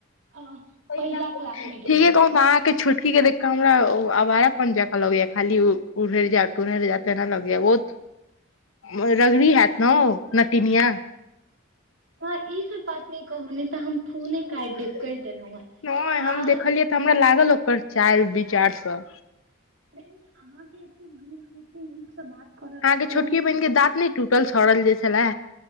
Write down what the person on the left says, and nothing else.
<unintelligible>
ठीके कह न अहाँ केँ छोटकी केँ देख ओ हमरा अवारा पन जका लगैया खाली उ उरहैर जा तुरहैर जा तैना लगैया ओ रगड़ी हैत नऽ नटिनिया
<unintelligible>
नै
हम देखलियै तऽ हमरा लागल ओ कर चाइल विचार स
अहाँकेँ
छोटकि
बहिन केँ
दाँत नै टूटल सड़ल जे छलै